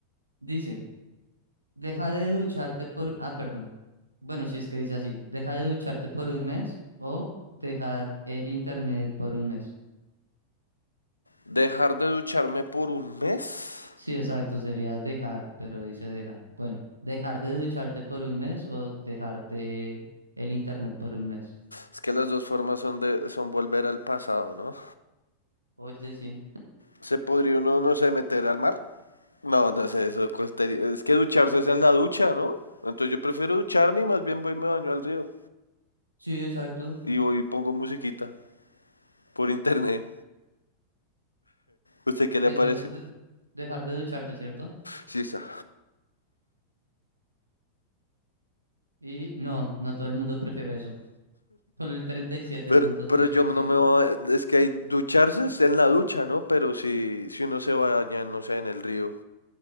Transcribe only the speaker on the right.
dice, deja de ducharte por, ah, perdón. Bueno, si es que dice así, deja de ducharte por un mes o dejar el internet por un mes.
Sí, exacto, sería dejar, pero dice deja. Bueno, dejar de ducharte por un mes o dejarte el internet por un mes.
Oye, sí.
Sí, exacto.
Y entonces
de- dejar de ducharte, ¿cierto?
Y no, no todo el mundo prefiere eso. Solo el treinta y siete
punto
tres
por
ciento